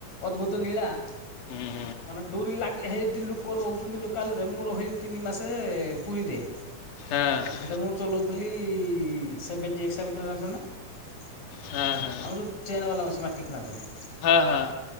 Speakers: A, on the left (about 55°); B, on the left (about 70°).
A: ଅଦ୍ଭୁତ ନିଳା। --
B: ହୁଁ
A: ମାନେ ଡୋରି ଲାଗି ହେଇଟି ଲୁକ ରହୁଛନ୍ତି ଲୋକାଲ ରେ ମୁଁ ରହିଲି ତିନି ମାସ ସେ ଏ ପୁରୀରେ।
B: ହଁ
A: ସେଇଟା ମୁଁ ଚଲଉଥିଲି ଈ-ଈ-ଇ ସେଭେଣ୍ଟି ଏକ୍ସଭେଟର ଜାଣିଚନ୍ତି ନା? ଆମର
B: ହଁ ହଁ।
A: ଯଉ ଚେନ ବାଲା ମେସି ମାଟି ଖଲାନ୍ତିନି।
B: ହଁ ହଁ।